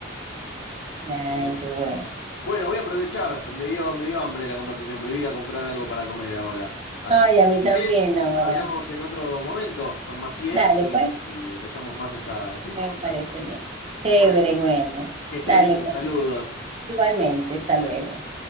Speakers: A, on the left; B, on the right.
A: Así
B: Ay,
A: que bueno.
B: qué bueno.
A: Bueno, voy a aprovechar. Me dio, me dio hambre la conversación. Me voy a ir a comprar algo para comer ahora. Así
B: Ay,
A: que,
B: a
A: si
B: mí también
A: querés,
B: ahora.
A: hablamos en otro momento, con más tiempo
B: Dale,
A: y,
B: pues,
A: y detallamos más esta, esta
B: me
A: información.
B: parece bien. Chévere,
A: Bueno,
B: bueno.
A: que estés
B: Dale,
A: bien.
B: con-
A: Saludos.
B: igualmente, hasta luego.